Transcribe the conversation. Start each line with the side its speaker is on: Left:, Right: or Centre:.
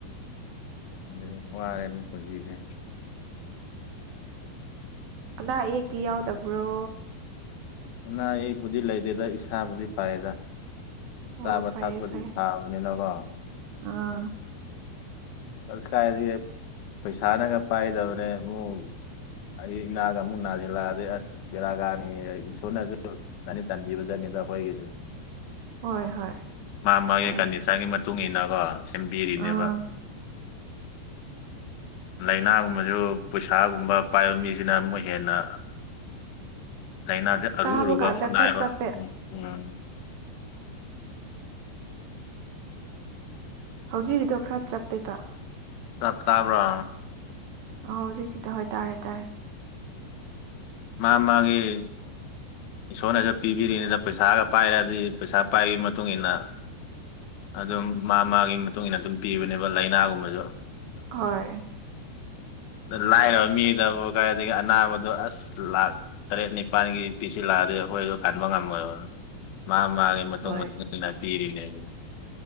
Left: ꯌꯥꯝ ꯋꯥꯔꯦꯅꯦ ꯄꯨꯟꯁꯤꯁꯦ
Right: ꯑꯅꯥ-ꯑꯌꯦꯛꯇꯤ ꯌꯥꯎꯗꯕ꯭ꯔꯣ꯫
Left: ꯑꯅꯥ-ꯑꯌꯦꯛꯄꯨꯗꯤ ꯂꯩꯇꯦꯗ ꯏꯁꯥꯕꯨꯗꯤ ꯐꯥꯏꯌꯦꯗ꯫
Right: ꯑꯣ
Left: ꯆꯥꯕ
Right: ꯐꯩꯌꯦ
Left: ꯊꯛꯄꯗꯤ
Right: ꯐꯩꯌꯦ
Left: ꯐꯕꯅꯤꯅꯀꯣ꯫
Right: ꯑꯥ
Left: ꯑꯁ ꯀꯥꯏꯗꯒꯤ ꯄꯩꯁꯥꯅꯒ ꯄꯥꯏꯗꯕꯅꯦ ꯃꯨꯛ ꯑꯩ ꯅꯥꯒꯃꯨꯛꯅꯥꯁꯤꯜꯂꯗꯤ ꯑꯁ ꯕꯦꯔꯥ ꯀꯥꯅꯤꯍꯦ ꯑꯩ ꯁꯣꯔꯅꯖꯨ ꯆꯥꯟꯗꯤ ꯆꯥꯟꯕꯤꯕꯖꯥꯠꯅꯤꯗ ꯑꯈꯣꯏꯒꯤꯖꯨ꯫
Right: ꯍꯣꯏ ꯍꯣꯏ
Left: ꯃꯥ ꯃꯥꯒꯤ
Right: ꯐꯩ
Left: ꯀꯟꯗꯤꯁꯔꯒꯤ ꯃꯇꯨꯡ ꯏ ꯃꯇꯨꯡꯏꯟꯅꯀꯣ ꯁꯦꯝꯕꯤꯔꯤꯅꯦꯕ
Right: ꯑꯥ
Left: <unintelligible> ꯂꯥꯏꯅꯥꯒꯨꯝꯕꯁꯨ ꯄꯩꯁꯥꯒꯨꯝꯕ ꯄꯥꯏꯕ ꯃꯤꯁꯤꯅ ꯑꯃꯨꯛ ꯍꯦꯟꯅ ꯂꯥꯏꯅꯥꯁꯦ ꯑꯔꯨ
Right: ꯇꯥꯕ
Left: ꯑꯔꯨꯕ
Right: ꯀꯥꯟꯗ
Left: ꯑꯃꯨꯛ
Right: ꯈꯔ
Left: ꯍꯥꯏꯔꯣꯏ
Right: ꯆꯞꯄꯦ
Left: ꯎꯝ ꯎꯝ
Right: ꯍꯧꯖꯤꯛꯀꯤꯗꯣ ꯈꯔ ꯆꯞꯄꯦꯗ
Left: ꯇꯥ ꯇꯥꯕꯔꯣ
Right: ꯑꯣ ꯍꯧꯖꯤꯁꯤꯗ ꯍꯣꯏ ꯇꯥꯔꯦ ꯇꯥꯔꯦ
Left: ꯃꯥ ꯃꯥꯒꯤ ꯏꯁꯣꯔꯅꯁꯨ ꯄꯤꯕꯤꯔꯤꯅꯤꯗ ꯄꯩꯁꯥꯒ ꯄꯥꯏꯔꯗꯤ ꯄꯩꯁꯥ ꯄꯥꯏꯕꯒꯤ ꯃꯇꯨꯡ ꯏꯟꯅ ꯑꯗꯨꯝ ꯃꯥ ꯃꯥꯒꯤ ꯃꯇꯨꯡ ꯏꯟꯅ ꯑꯗꯨꯝ ꯄꯤꯕꯅꯦꯕ ꯂꯥꯏꯅꯥꯒꯨꯝꯕꯁꯨ
Right: ꯍꯣꯏ
Left: ꯑ ꯂꯥꯏꯔꯕ ꯃꯤꯗꯕꯨ ꯀꯥꯏꯗꯒꯤ ꯑꯅꯥꯕꯗꯨ ꯑꯁ ꯂꯥꯛ ꯇꯔꯦꯠ ꯅꯤꯄꯥꯜꯒꯤ ꯄꯤꯁꯤ ꯂꯥꯛꯑꯗꯤ ꯑꯩꯈꯣꯏꯗꯣ ꯀꯟꯕ ꯉꯝꯃꯣꯏ ꯃꯥ ꯃꯥꯒꯤ ꯃꯇꯨꯡ
Right: ꯍꯣꯏ
Left: ꯃꯇꯨꯡ ꯏꯟꯅ ꯇꯤꯔꯤꯅꯦꯅꯤ